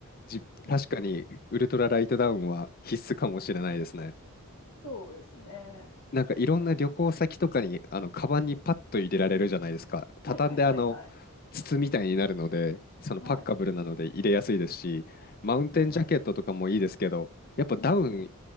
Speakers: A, on the left (about 40°); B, on the left (about 85°).
A: じ、
B: うん
A: 確かに、ウルトラライトダウンは必須かもしれないですね。
B: そうですね。
A: なんかいろんな旅行先とかにあのカバンにパッと入れられるじゃないですか。
B: うん、
A: 畳んであの筒みたいになるので、
B: はいはいはいはい。うん、
A: そのパッカブルなので入れやすいですし、
B: はい
A: マウンテンジャケットとかもいいですけど、
B: はいはい。
A: やっぱダウン、
B: うん。